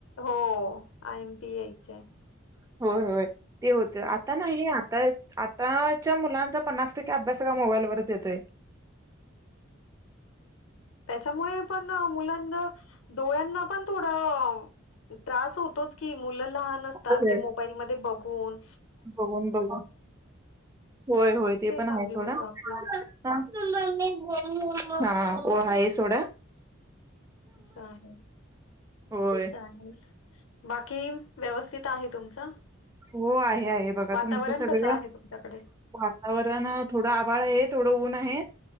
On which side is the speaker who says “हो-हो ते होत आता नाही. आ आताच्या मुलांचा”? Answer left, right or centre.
Right